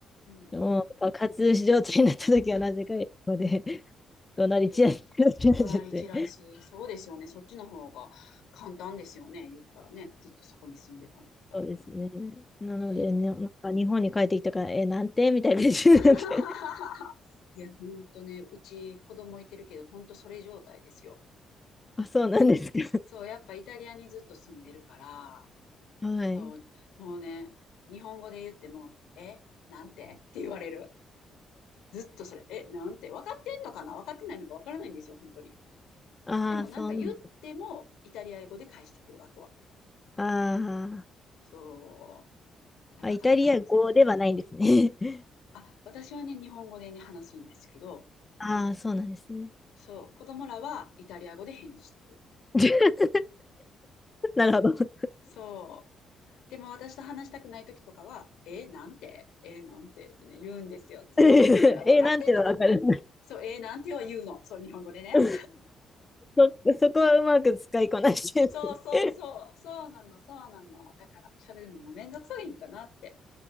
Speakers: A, on the left; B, on the left.
A: うんうん。
B: もう爆発状態になった時はなぜか英語で
A: <laughs>
B: <laughs> 怒鳴り散らしっちゃって。
A: ええ、怒鳴り散らす。そうですよね。そっちの方が簡単ですよね。言ったらね。ずっとそこに住んでたんだったら。
B: そうですね。なので、
A: ええ。
B: ね、なんか日本に帰ってきたから、え、なんてみたいな感じになって。
A: <laughs>
B: <laughs>
A: いや、ほんとね、うち子供いてるけど、ほんとそれ状態ですよ。
B: あ、そうなんですか。
A: そう、やっぱイタリアにずっと住んでるから、
B: <laughs> はい。
A: そう、もうね、日本語で言っても、え、なんてって言われる。ずっとそれ、え、なんて、分かってんのかな分かってないのか分からないんですよ、本当に。
B: ああ、
A: でもなんか言っても、
B: そうなんです。
A: イタリア語で返してくる、あとは。
B: あー
A: そう。だからなかなか難しい。
B: あ、イタリア語ではないんですね。<laughs>
A: あ、私はね、日本語でね、話すんですけど、
B: ああ、そうなんですね。
A: そう、子供らはイタリア語で返事してくる。
B: <laughs> なるほど。
A: そう。でも私と話したくない時とかは、え、なんて、え、なんてってね、言うんですよ、ずっと。
B: <laughs> え、
A: だから、分かってんのか、
B: なんてはわかる。
A: そう、え、なんては言うの。そう、日本語でね。
B: <laughs> そ、そこはうまく使いこなして
A: そうそうそう、
B: る。
A: そうなの、そうなの。だから喋るのもめんどくさいのかなって。